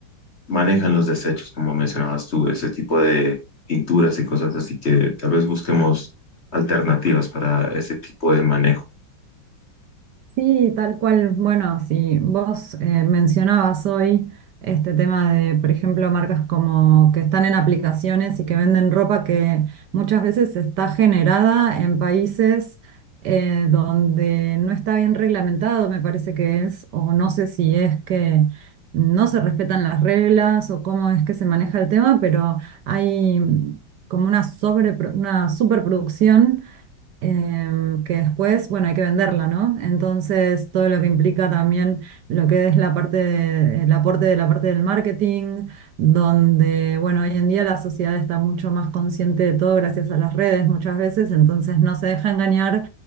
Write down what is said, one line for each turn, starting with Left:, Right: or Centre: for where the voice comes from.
Left: manejan los desechos, como mencionabas tú, ese tipo de pinturas y cosas así que tal vez busquemos alternativas para ese tipo de manejo.
Right: Sí, tal cual. Bueno, si vos eh, mencionabas hoy este tema de, por ejemplo, marcas como que están en aplicaciones y que venden ropa que muchas veces está generada en países eh, donde no está bien reglamentado, me parece que es, o no sé si es que no se respetan las reglas o cómo es que se maneja el tema, pero hay mm, como una sobre, una superproducción em, que después, bueno, hay que venderla, ¿no? Entonces, todo lo que implica también lo que es la parte de- el aporte de la parte del marketing, donde, bueno, hoy en día la sociedad está mucho más consciente de todo gracias a las redes muchas veces, entonces no se deja engañar